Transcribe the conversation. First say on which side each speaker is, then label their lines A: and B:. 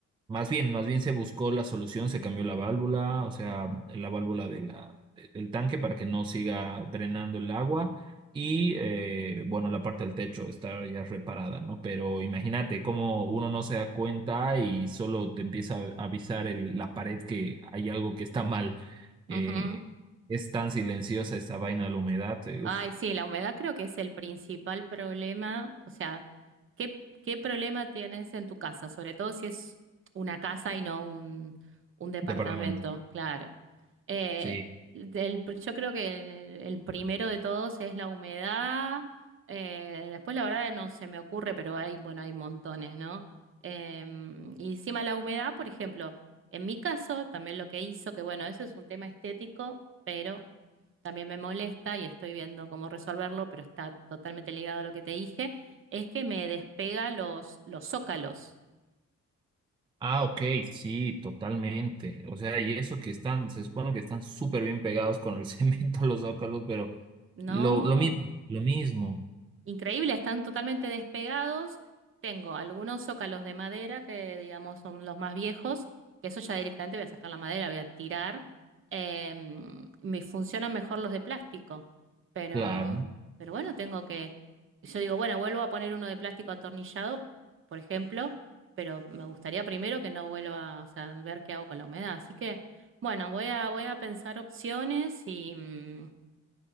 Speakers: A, on the right; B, on the right.
A: más bien, más bien se buscó la solución, se cambió la válvula, o sea, la válvula de la, de- del tanque para que no siga drenando el agua. Y eh, bueno, la parte del techo está ya reparada, ¿no? Pero imagínate cómo uno no se da cuenta y solo te empieza a avisar el- la pared que hay algo que está mal.
B: ujú.
A: Eh, es tan silenciosa esta vaina de la humedad, eh,
B: Ay,
A: uf,
B: sí, la humedad creo que es el principal problema. O sea, ¿qué, qué problema tienes en tu casa? Sobre todo si es una casa y no un, un departamento,
A: departamento.
B: claro. Eh,
A: Sí.
B: del- yo creo que el, el primero de todos es la humedad. Eh, después, la verdad, no se me ocurre, pero hay, bueno, hay montones, ¿no? Em, y encima la humedad, por ejemplo, en mi caso, también lo que hizo, que bueno, eso es un tema estético, pero también me molesta y estoy viendo cómo resolverlo, pero está totalmente ligado a lo que te dije, es que me despega los, los zócalos.
A: Ah, ok, sí, totalmente. O sea, y eso que están, se supone que están súper bien pegados con el <laughs> cemento los zócalos, pero
B: No.
A: lo, lo mismo, lo mismo,
B: Increíble, están totalmente despegados. Tengo algunos zócalos de madera que, digamos, son los más viejos, que eso ya directamente voy a sacar la madera, voy a tirar. Em, me funcionan mejor los de plástico, pero,
A: claro.
B: pero bueno, tengo que... Yo digo, bueno, vuelvo a poner uno de plástico atornillado, por ejemplo, pero me gustaría primero que no vuelva, o sea, ver qué hago con la humedad. Así que, bueno, voy a, voy a pensar opciones y... mm,